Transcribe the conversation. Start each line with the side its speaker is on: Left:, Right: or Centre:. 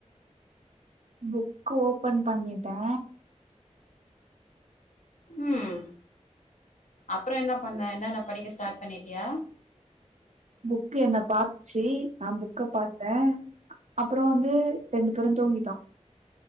Right: புக் ஓபன் பண்ணிட்டே
Left: உம் அப்ற என்ன பண்ணே என்னன்ன படிக்க ஸ்டாட் பண்ணிட்டியா
Right: புக் என்ன பாத்ச்சி நா புக்க பாத்தே அப்புறோ வந்து ரெண்டு பேரு தூங்கிட்டோ